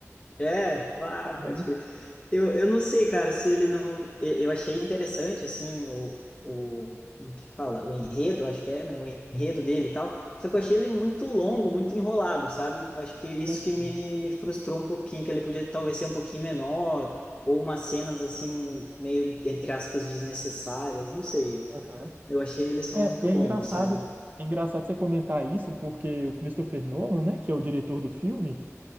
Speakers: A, on the left; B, on the right.
A: É, ah,
B: Aham.
A: pode crer. Eu, eu não sei, cara, se ele não. e- Eu achei interessante, assim, o, o, como que fala? O enredo, acho que é, né? O enredo dele e tal. Só que eu achei ele muito longo, muito enrolado, sabe? Eu acho que isso
B: Tem-
A: que me, me frustrou um pouquinho, que ele podia talvez ser um pouquinho menor, ou umas cenas, assim, meio, entre aspas, desnecessárias, não sei.
B: aham.
A: Eu achei ele só
B: É,
A: muito
B: é
A: longo,
B: engraçado,
A: sabe?
B: é engraçado você comentar isso, porque o Christopher Nolan, né, que é o diretor do filme,